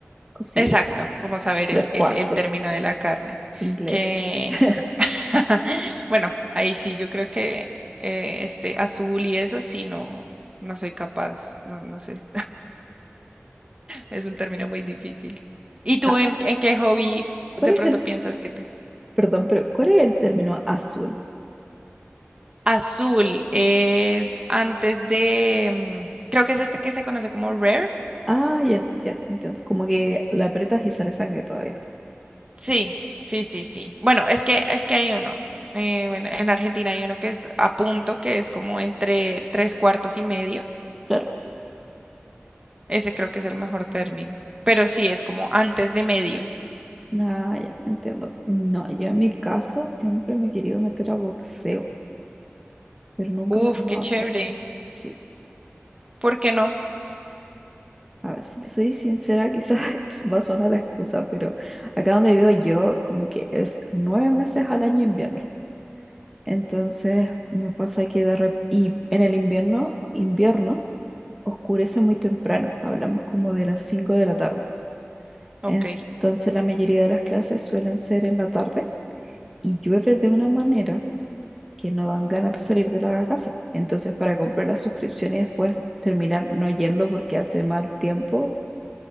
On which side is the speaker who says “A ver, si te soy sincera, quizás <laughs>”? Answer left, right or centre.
Centre